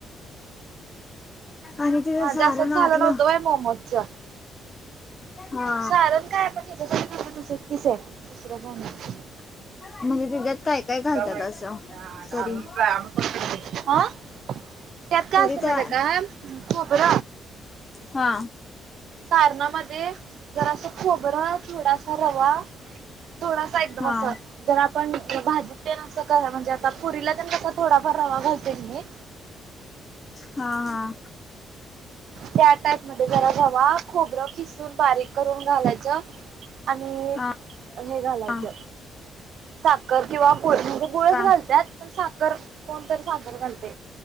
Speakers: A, on the left; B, on the right.
A: आणि तिच
B: माझं
A: सारण
B: असंच
A: आतल
B: झालं नव्हतं व्हय मोमोजच
A: हा
B: साारण काय पाठायचं तु किसब दुसर काय नाही.
A: म्हणजे तिच्यात काय? काय
B: <unintelligible>
A: घालतात असं तरी
B: त्यात काय
A: तरी
B: असत
A: त्या
B: माहिती आहे का खोबर
A: हा
B: सारणामध्ये जरास खोबर थोडासा रवा थोडासा एकदम
A: हा
B: अस जर आपण भाजीत तेण अस करा म्हणजे आता पुरीला त्यात थोडाफार रवा घालते मी.
A: हा हा
B: त्या टाईप मध्ये जरा रवा खोबर किसून बारीक करून घालायच. आणि
A: हा
B: हे घालायच
A: हा
B: साखर. किंवा गुळ म्हणजे गुळच
A: का
B: घालतात. पण साखर कोणतरी साखर घालतय.